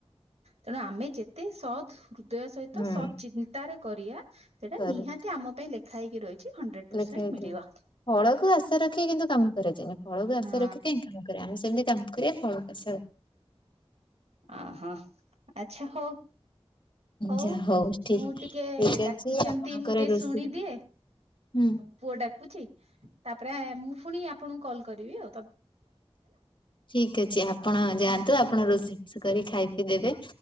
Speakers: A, on the right; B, on the left.
A: ତେଣୁ ଆମେ ଯେତେ ସଦ୍ ହୃଦୟ ସହିତ
B: ହୁଁ
A: ସତ୍ ଚିନ୍ତାରେ କରିଆ ସେଟା
B: ସରି
A: ନିହାତି ଆମ ପାଇଁ ଲେଖା ହେଇକି ରହି ହନଡ୍ରେଡ ପରସେନ୍ଟ
B: ଲେଖା ହେଇଥିବ।
A: ମିଳିବ।
B: ଫଳକୁ ଆଶା ରଖି କିନ୍ତୁ କାମ କରାଯାଏନି। ଫଳକୁ
A: ହଁ।
B: ଆଶା ରଖି କାହିଁ କାମ କରିବା ସେମିତି କାମ କରିବା। ଫଳକୁ ଆଶା
A: ଅ ହୋ। ଆଚ୍ଛା ହଉ। ହଉ।
B: ଯାହା ଠିକ
A: ମୁଁ ଟିକେ
B: ଠିକ
A: ଡାକୁଛନ୍ତି।
B: ଅଛି ଆପଣଙ୍କର
A: ମୁଁ ଟିକେ
B: ରୋଷେଇ
A: ଶୁଣିଦିଏ।
B: ହୁଁ।
A: ପୁଅ ଡାକୁଛି। ତାପରେ, ମୁଁ ପୁଣି ଆପଣଙ୍କୁ କଲ କରିବି। ଆଉ ତ
B: ଠିକ ଅଛି। ଆପଣ ଯାଆନ୍ତୁ, ଆପଣ ରୋଷେଇ ଫୋଷେଇ କର ଖାଇ ପିଇ ଦେବେ।